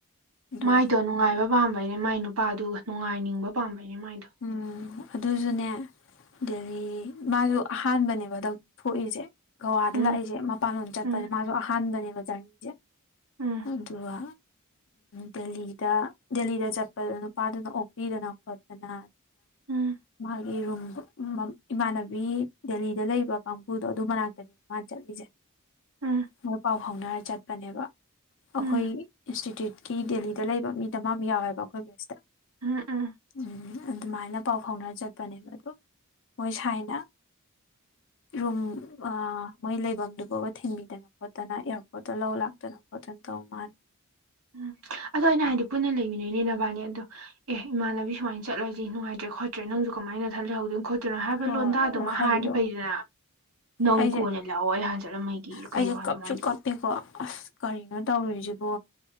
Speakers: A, on the left; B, on the right.
A: ꯑꯗꯣ
B: ꯃꯥꯏꯗꯣ ꯅꯨꯡꯉꯥꯏꯕ ꯄꯥꯝꯕꯩꯅꯦ ꯃꯥꯏ ꯅꯨꯄꯥꯗꯨꯒ ꯅꯨꯡꯉꯥꯏꯅꯤꯡꯕ ꯄꯥꯝꯕꯩꯅꯦ ꯃꯥꯏꯗꯣ
A: ꯎꯝ ꯑꯗꯨꯁꯨꯅꯦ ꯑꯗꯒꯤ ꯃꯥꯗꯣ ꯑꯍꯥꯟꯕꯅꯦꯕꯗ ꯊꯣꯛꯏꯁꯦ ꯒꯧꯋꯥꯗ
B: ꯎꯝ
A: ꯂꯥꯛꯏꯁꯦ ꯃꯄꯥꯟ ꯂꯣꯝ ꯆꯠꯄꯁꯦ
B: ꯎꯝ
A: ꯃꯥꯁꯨ ꯑꯍꯥꯟꯕꯅꯦꯕ ꯖꯔꯅꯤꯁꯦ
B: ꯎꯝ
A: ꯑꯗꯨꯒ ꯗꯦꯜꯂꯤꯗ ꯗꯦꯜꯂꯤꯗ ꯆꯠꯄꯗ ꯅꯨꯄꯥꯗꯨꯅ ꯑꯣꯛꯄꯤꯗꯅ ꯈꯣꯠ ꯗꯅ
B: ꯎꯝ
A: ꯃꯥꯒꯤ ꯔꯨꯝ ꯏꯃꯥꯟꯅꯕꯤ ꯗꯦꯜꯂꯤꯗ ꯂꯩꯕ ꯀꯥꯡꯕꯨꯗꯣ ꯑꯗꯨ ꯃꯅꯥꯛꯇꯅꯤ ꯃꯥ ꯆꯠꯂꯤꯖꯦ
B: ꯎꯝ
A: ꯃꯣꯏ ꯄꯥꯎ ꯐꯥꯎꯅꯔ ꯆꯠꯄꯅꯦꯕ ꯑꯩꯈꯣꯏ
B: ꯎꯝ
A: ꯏꯟꯁꯇꯤꯇ꯭ꯌꯨꯠꯀꯤ ꯗꯦꯜꯂꯤꯗ ꯂꯩꯕ ꯃꯤꯗꯃꯥꯗ ꯌꯥꯎꯋꯦꯕ ꯑꯩꯈꯣꯏ ꯕꯦꯠꯁꯇ
B: ꯎꯝ ꯎꯝ
A: ꯎꯝ ꯑꯗꯨꯃꯥꯏꯅ ꯄꯥꯎ ꯐꯥꯎꯅꯔ ꯆꯠꯄꯅꯦꯕ ꯑꯗꯨ ꯃꯣꯏ ꯁꯥꯏꯅ
B: <inaudible>
A: ꯔꯨꯝ ꯃꯣꯏ ꯂꯩꯐꯝꯗꯨ ꯐꯥꯎꯕ ꯊꯤꯟꯕꯤꯗꯅ ꯈꯣꯠꯇꯅ ꯑꯦꯌꯥꯔꯄꯣꯔꯠꯇ ꯂꯧ ꯂꯥꯛꯇꯅ ꯈꯣꯠꯇꯅ ꯇꯧ ꯃꯥꯥꯟ
B: ꯎꯝ ꯑꯗꯣ ꯑꯩꯅ ꯍꯥꯏꯗꯤ ꯄꯨꯟꯅ ꯂꯩꯃꯤꯟꯅꯩꯅꯤ ꯅꯕꯥꯅꯤ ꯑꯗꯣ ꯑꯦ ꯏꯃꯥꯟꯅꯕꯤ ꯁꯨꯃꯥꯏ ꯆꯠꯂꯖꯤ ꯅꯨꯡꯉꯥꯏꯇ꯭ꯔꯦ ꯈꯣꯠꯇ꯭ꯔꯦ ꯅꯪꯖꯨ ꯀꯃꯥꯏꯅ ꯅꯊꯟ ꯂꯩꯍꯧꯗꯣꯏꯅꯣ ꯈꯣꯠꯇꯣꯏꯅꯣ ꯍꯥꯏꯕ
A: ꯍꯣꯏ
B: ꯂꯣꯟꯗꯥꯗꯨꯃ
A: ꯋꯥꯍꯩꯗꯣ
B: ꯍꯥꯏꯔꯗꯤ ꯐꯩꯗꯅ ꯅꯪ
A: ꯑꯩꯁꯦ
B: ꯀꯣꯟꯅ ꯂꯥꯛꯑꯣ ꯑꯩ ꯍꯥꯟꯅ ꯆꯠꯂꯝꯃꯒꯦꯌꯦ
A: ꯑꯩꯁꯦ
B: ꯀꯩ ꯋꯥꯅꯣ
A: ꯀꯞꯁꯨ
B: ꯃꯥꯏꯗꯨꯕꯣ
A: ꯀꯞꯄꯦꯀꯣ ꯑꯁ ꯀꯔꯤꯅꯣ ꯇꯧꯔꯤꯖꯤꯕꯣ